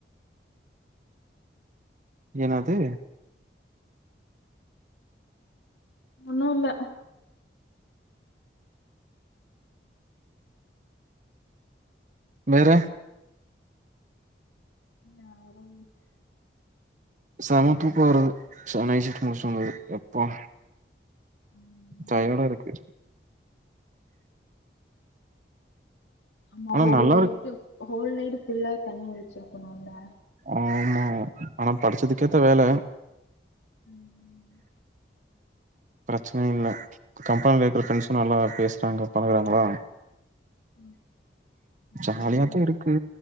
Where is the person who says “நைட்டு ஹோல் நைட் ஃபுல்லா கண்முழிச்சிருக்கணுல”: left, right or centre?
Left